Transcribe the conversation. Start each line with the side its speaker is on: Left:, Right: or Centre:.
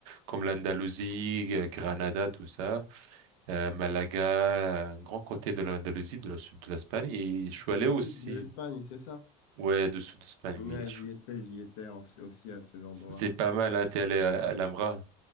Right: comme l'Andalousie, euh, Granada, tout ça, euh, Malaga, un grand côté de l'Andalousie, de la sud de l'Espagne. Et je suis
Left: C'est
Right: allé
Left: le
Right: aussi,
Left: sud de l'Espagne, c'est ça?
Right: ouais, du sud d'Espagne,
Left: Ouais,
Right: oui. je
Left: j'y étais, j'y étais aussi, aussi à ces endroits.
Right: C'est pas mal, hein, t'es allé à à Alhambra.